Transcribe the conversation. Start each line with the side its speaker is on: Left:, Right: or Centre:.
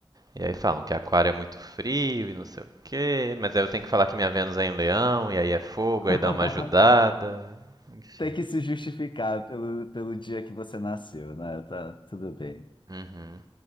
Right: E aí falam que aquário é muito frio e não sei o quê. Mas aí eu tenho que falar que minha Vênus é em leão, e aí é fogo,
Left: <laughs>
Right: aí dá uma ajudada. Enfim.
Left: Tem que se justificar pelo, pelo dia que você nasceu, né? Tá, tudo bem.
Right: Uhum.